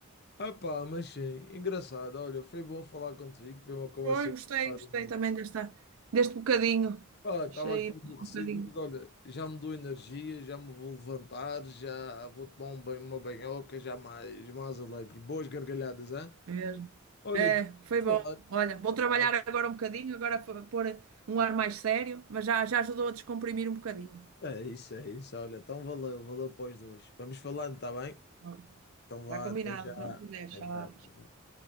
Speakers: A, on the left (about 55°); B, on the right (about 80°).
A: Ah pá, mas sim, engraçado. Olha, foi bom falar contigo, foi uma conversa
B: Pois,
A: engraçada.
B: gostei, gostei também desta, deste bocadinho.
A: Ah, estava
B: Cheio
A: aqui aborrecido,
B: de um bocadinho.
A: mas olha, já me dou energia, já me vou levantar, já vou tomar um banho, uma banhoca, já mais, mais alegre. Boas gargalhadas, hein?
B: Mesmo.
A: Olha,
B: É,
A: vamos
B: foi bom.
A: falar,
B: Olha, vou trabalhar
A: tá?
B: agora um bocadinho, agora fo- pôr um ar mais sério, mas já, já ajudou a descomprimir um bocadinho.
A: É isso, é isso. Olha, então valeu, valeu para os dois. Vamos falando, tá bem?
B: Ah,
A: Então
B: Está
A: vá,
B: combinado,
A: até já.
B: quando quiser.
A: Até
B: Tchau.
A: já, até já.